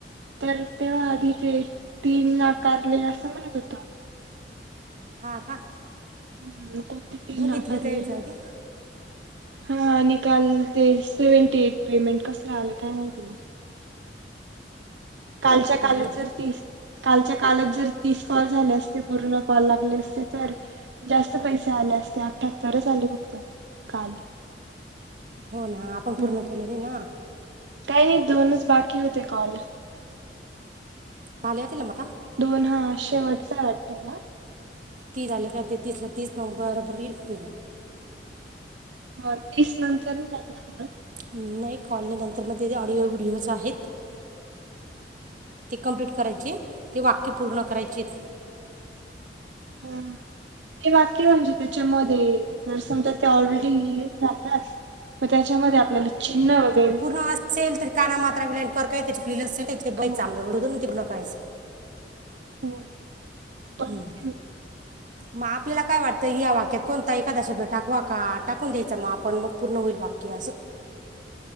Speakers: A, on the right (about 90°); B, on the right (about 45°).
A: तर तेव्हा आधी ते तीन नाकारले असं म्हणत होत
B: हा का
A: हम् कोणती तीन
B: बघितलं
A: नाकारलेल
B: तर जाऊ दे
A: हा आणि काल ते सेव्हंटी एट पेमेंट कसल! आलं काय माहिती मग कालच्या कालाच
B: बघित
A: जर तीस कालच्या कालच जर तीस कॉल झाले असते. पूर्ण कॉल लागले असते तर जास्त पैसे आले असते अठहत्तरच आले. फक्त काल
B: हो ना आपण
A: हम्म
B: पूर्ण केलं नाही ना!
A: काही नाही दोनच बाकी होते. कॉल
B: मला येतील ना आता!
A: दोन हा शेवटचा वाटत. हा
B: तीस आलं का ते तीस ला तीस मग बरोबर येईल. पेमेंट
A: मग तीस नंतर म लागला. कॉल
B: नाही कॉल नही नंतर मध्ये ऑडिओ व्हडिओच आहेत. ते कंप्लीट करायचे. ते वाक्य पूर्ण करायचेत
A: ह ते वाक्य म्हणजे त्याच्यामध्ये जर समजा ते ऑलरेडी जातात. म त्याच्यामध्ये आपल्याला चिन्ह वगैरे
B: ते पूर्ण असेल तर काना मात्रा वेलांटी काही तरी चुकलेलं ते पूर्ण कहीच बघायचं
A: हो
B: आपण आणि ते पूर्ण करायचा.
A: हो हो करते
B: हम्म
A: मी
B: मग आपल्याला काय वाटतं. या वाक्यात कोणता एखादा शब्द टाकवा का टाकून द्यायचा मग आपण मग पूर्ण होईल वाक्य अस!